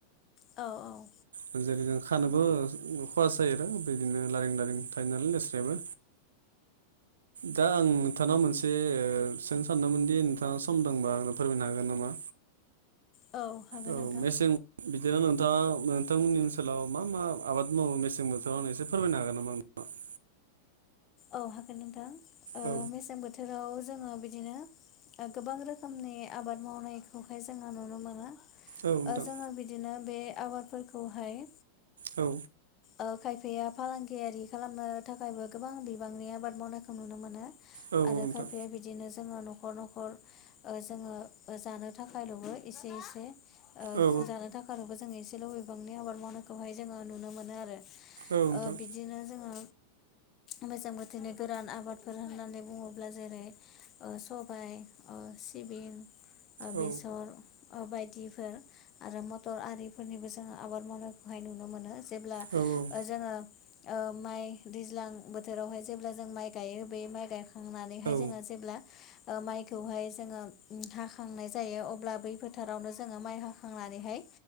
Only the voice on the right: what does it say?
औ जेरै जों खानोबो खहासो जायो आरो बिदिनो लारिें लारिं थायो नालाय लेस्रायाबो दा आं नोंथांनाव मोनसे ओ सों सानदोंमोनदि नोंथाङा सम दंबा आंनो फोरमायनो हागोन नामा
औ
मेसें बिदिनो नोंथाङा नोंथांमोननि ओनसोलाव मा मा आबाद मावो मेसें बोथोराव आंनो एसे फोरमायनो हागोन नामा नोंथाङा।
औ
औ नोंथां
औ।
औ
नोंथां
औ
औ नोंथां
औ
औ औ
औ